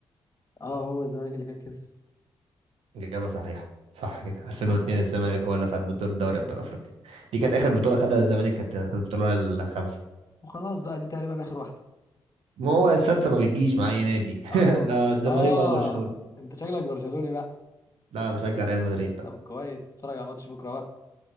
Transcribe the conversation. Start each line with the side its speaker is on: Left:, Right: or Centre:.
Left: اه هو الزمالك اللي كان كسب
Right: اجابه صحيحه صح كده 2002
Left: طب والله
Right: الزمالك هو اللي خد بطوله دوري ابطال افريقيا دي
Left: طيب
Right: كانت اخر بطوله خدها الزمالك كانت كانت البطوله الخامسه
Left: وخلاص بقى دي تقريبا اخر واحدة
Right: ما هو السادسه ما بتجيش مع اي نادي
Left: اه
Right: <laughs> لا الزمالك
Left: اه
Right: ولا برشلونه
Left: انت شكلك برشلوني بقى
Right: لا بشجع ريال مدريد طب
Left: طب كويس اتفرج على ماتش بكرة بقى